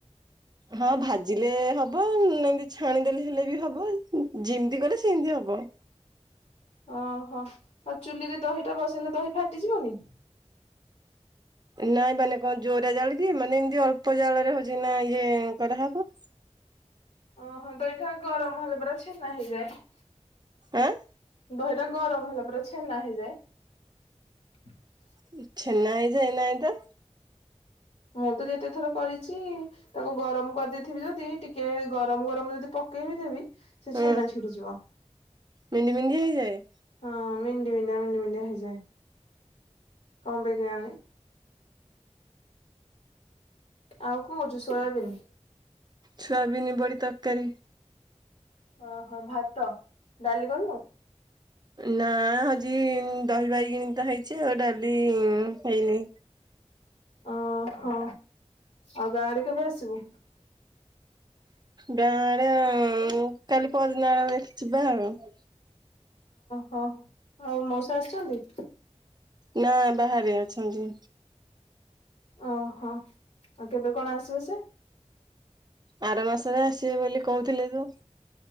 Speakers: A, on the right; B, on the left.
A: ହଁ ଭାଜିଲେ ହବ ଏମତି ଛାଣିଦେଲେ ହେଲେ ବି ହବ ଯେମିତି କଲେ ସେମିତି ହବ
B: ଓହୋ ଆଉ ଚୁଲିରେ ଦହିଟା ବସେଇଲେ ଦହି ଫାଟିଯିବନି।
A: ନାଇଁ ମାନେ କଣ ଜୋରା ଜାଳ କି ମାନେ ଏମିତି ଅଳ୍ପ ଜାଳରେ ହଉଛି ନା ଇଏ କରାହବ।
B: ଓହୋ ତ ଏଇଟା ଗରମ ହେଲେ ପା ଛେନା ହେଇଯାଏ।
A: ଆଁ
B: ଦହିଟା ଗରମ ହେଲା ପରା ଛେନା ହେଇଯାଏ। <inaudible>
A: <inaudible> ଛେନା ହେଇଯାଏ ନାଇଁ ତ
B: ମୁଁ ତ ଯେତେଥର କରିଛି ତାକୁ ଗରମ କରିଦେଇଥିବି ଯଦି ଟିକେ ଗରମ ଗରମ ଯଦି ପକେଇବି ଦେବି ସେ
A: ହଁ
B: ଛେନା ଛିଡି ଯିବ।
A: ମେଣ୍ଡି ମେଣ୍ଡି ହେଇଯାଏ।
B: ହଁ ମେଣ୍ଡି ବିଣ୍ଡି ମେଣ୍ଡି ମଣ୍ଡି ହେଇଯାଏ କଣ ପାଇଁ କେଆଣି? ଆଉ କଣ କରିଛୁ ସୋୟାବିନି?
A: ଛୁଆ ବିିନ ବଡ଼ି ତରକାରୀ।
B: ଓହୋ ଭାତ ଡାଲି କଲୁ।
A: ନା ହଜି ଦହିବାଇଗଣି ତ ହେଇଛି। ବୋଲି ଉଁ ହେଇନି।
B: ଓ ହୋ ଆଉ ଗାଁ ଆଡେ କେବେ ଆସିବୁ?
A: ଗାଁ ଆଡେ ଆଉ। କାଲି ପହର ଦିନ ଆଡୁ ଦେଖି ଯିବି। ଯିବା ଆଉ। <inaudible>
B: ହଁ ଆଉ ମଉସା ଆସିଛନ୍ତି?
A: ନା ବାହାରେ ଅଛନ୍ତି।
B: ଓହୋ ଆଉ କେବେ କଣ ଆସିବେ ସେ?
A: ଆର ମାସରେ ଆସିବେ ବୋଲି କହୁଥିଲେ ତ।